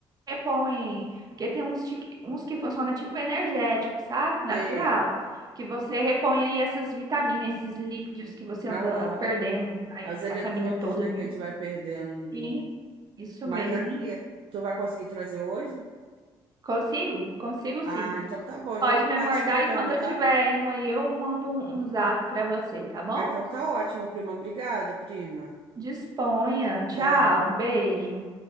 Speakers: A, on the right; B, on the right.
A: repõe, porque tem uns, tique- uns que funcionam tipo energético, sabe? Natural.
B: Sei.
A: Que você repõe aí essas vitaminas, esses lípidos que você
B: Aham.
A: anda perdendo aí,
B: É Os eletrodos,
A: a família toda,
B: né,
A: né?
B: que a gente vai perdendo.
A: Sim,
B: no-
A: isso
B: Mas
A: mesmo.
B: aqui, tu vai conseguir trazer hoje?
A: Consigo? Consigo
B: Ah,
A: sim.
B: então tá bom. Então
A: Pode
B: eu vou
A: me
B: ficar
A: aguardar
B: te esperando,
A: e quando eu
B: tá?
A: tiver indo aí, eu mando um um zap pra você, tá bom?
B: Ah, então tá ótimo, prima. Obrigada, prima.
A: Disponha. Tchau,
B: Tchau.
A: um beijo.